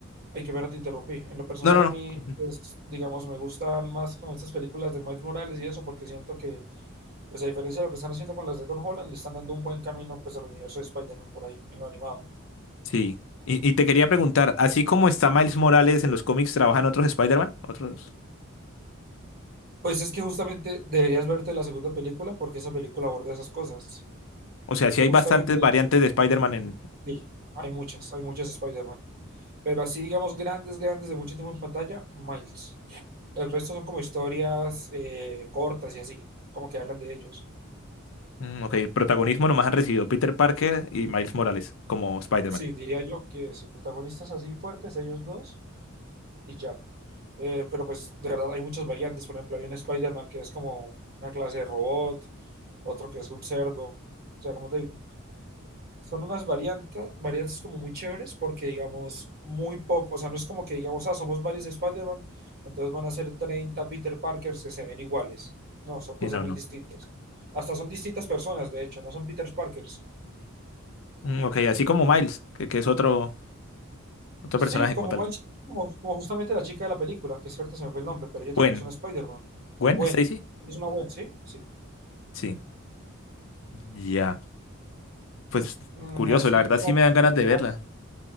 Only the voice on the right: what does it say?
Hay que ver, te interrumpí. En lo personal,
a
mí, pues, digamos, me gustan más como estas películas de Miles Morales y eso, porque siento que pues a diferencia de lo que están haciendo con las de Tom Holland, le están dando un buen camino pues al universo de Spider-Man por ahí, en lo animado.
Pues es que justamente deberías verte la segunda película porque esa película aborda esas cosas.
Justamente,
sí, hay muchas, hay muchas Spider-Man. Pero así, digamos, grandes, grandes de mucho tiempo en pantalla, Miles. El resto son como historias eh, cortas y así, como que hablan de ellos.
Sí, diría yo que sí, protagonistas así fuertes, ellos dos, y ya Eh, pero pues de verdad hay muchas variantes. Por ejemplo, hay un Spider-Man que es como una clase de robot, otro que es un cerdo. O sea, como te digo, son unas variantes, variantes como muy chéveres porque digamos muy poco, o sea, no es como que digamos, ah, somos varios Spider-Man, entonces van a ser 30 Peter Parkers que se ven iguales. No, son cosas
muy
distintas. Hasta son distintas personas, de hecho, no son Peter Parkers,
Sí,
como,
Miles- como, como justamente la chica de la película, que es cierto, se me fue el nombre, pero ella también
es una Spider-Man.
Gwen,
es una Gwen, ¿sí? Sí.
Mm,
y así
como
por
terminar,